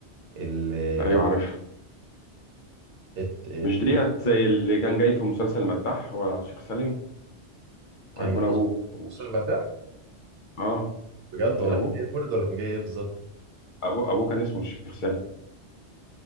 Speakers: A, on the right (about 75°); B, on the left (about 55°).
A: ال... بل-
B: ايوه عارف
A: الت-
B: مش ديت زي اللي كان جاي في مسلسل المداح هو شيخ سالم
A: كان
B: وهيكون
A: جاي
B: ابوه ابوه
A: خصوصا المادة
B: اه
A: بجد
B: يمكن
A: ولا
B: ابوه
A: كان جاي مولد ولا كان جاي ايه بالظبط
B: ابوه ابوه كان اسمه الشيخ سالم